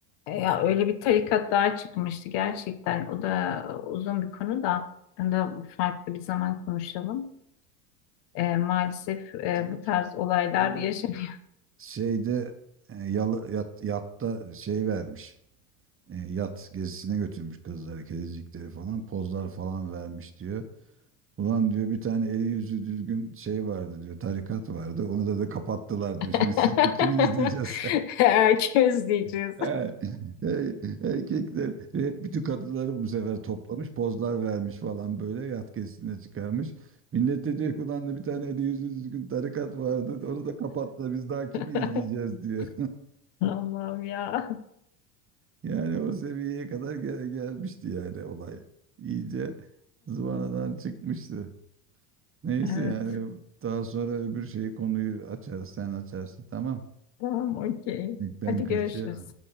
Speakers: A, on the left; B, on the right.
A: Ya öyle bir tarikat daha çıkmıştı gerçekten. O da uzun bir konu da. Onu da farklı bir zaman konuşalım. Ee, maalesef
B: <laughs>
A: e,
B: Diyor
A: bu
B: ki
A: tarz olaylar
B: böyle
A: yaşanıyor.
B: şeyde e, yalı, yat, yatta şey vermiş. e, yat gezisine götürmüş kızları, kedicikleri falan. Pozlar falan vermiş diyor. Ulan diyor bir tane eli yüzü düzgün şey vardı diyor. Tarikat vardı. Onu da da kapattılar diyor. Şimdi
A: <laughs>
B: siz de kimi izleyeceğiz?
A: Herkes diyeceğiz.
B: <laughs> Ey- Erkekler hep bütün kadınları bu sefer toplamış. Pozlar vermiş falan böyle yat gezisine çıkarmış. Millet de diyor ki ulan da bir tane eli yüzü düzgün tarikat vardı. Onu da kapattılar. Biz daha kimi
A: <laughs>
B: izleyeceğiz diyor.
A: Allah'ım ya.
B: Yani o seviyeye kadar gel- gelmişti yani olay. İyice zıvanadan çıkmıştı. Neyse
A: Evet.
B: yani
A: <laughs>
B: daha sonra öbür şeyi konuyu açarız sen açarsın tamam.
A: Tamam, okey.
B: Ben
A: Hadi
B: kaçıyorum.
A: görüşürüz.